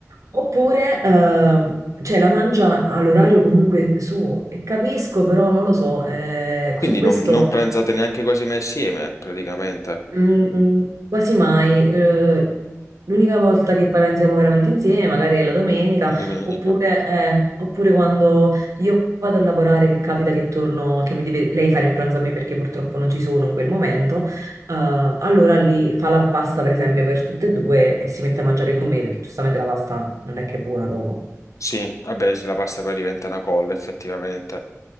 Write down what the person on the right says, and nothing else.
Oppure, ehm, cioè, la mangia all'orario comunque suo. E capisco, però non lo so, eh,
su questo.
Mm, quasi mai. Eh, l'unica volta che parliamo veramente insieme, magari è la domenica,
oppure, eh, oppure quando io vado a lavorare, che capita che torno, che mi deve lei fare il pranzo a me perché purtroppo non ci sono in quel momento, eh, allora lì fa la pasta per esempio per tutte e due e si mette a mangiare con me perché giustamente la pasta non è che è buona dopo.